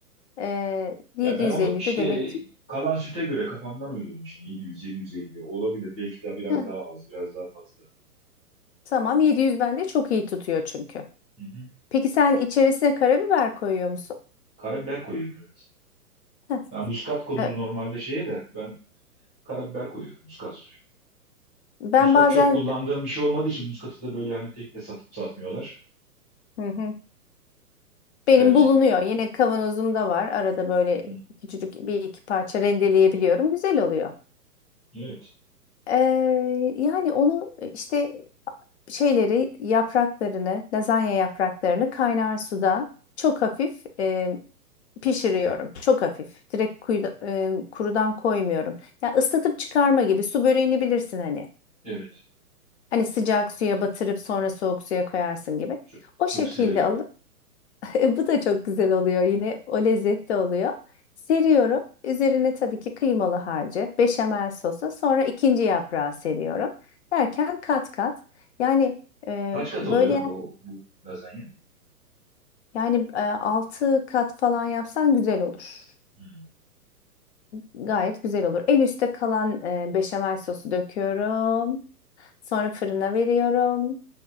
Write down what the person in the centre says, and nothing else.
Ya ben onu işte
e,
kalan süte göre kafamdan uydurdum şimdi 700 750 olabilir. Belki de biraz
daha az, biraz daha fazla.
Hı hı.
Karabiber koyuyorum evet.
Ben muskat konur
normalde şeye de ben karabiber koyuyorum muskat sürüyorum.
Muskat
çok kullandığım bir şey olmadığı için muskatı da böyle hani tek de satıp satmıyorlar
tercih
Hı,
Evet,
evet.
Çok,
çok
severim.
Kaç kat
oluyor bu, bu lazanya?
Hı.